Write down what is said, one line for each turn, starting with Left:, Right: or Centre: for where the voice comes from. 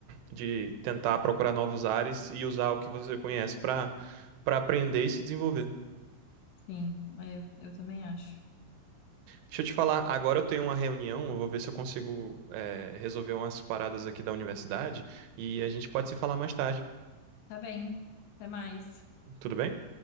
Right: de tentar procurar novos ares e usar o que você conhece para para aprender e se desenvolver.
Left: Sim, é, eu, eu também acho.
Right: Deixa eu te falar, agora eu tenho uma reunião, eu vou ver se eu consigo, é, resolver umas paradas aqui da universidade e a gente pode se falar mais tarde,
Left: Tá bem, até mais.
Right: tudo bem?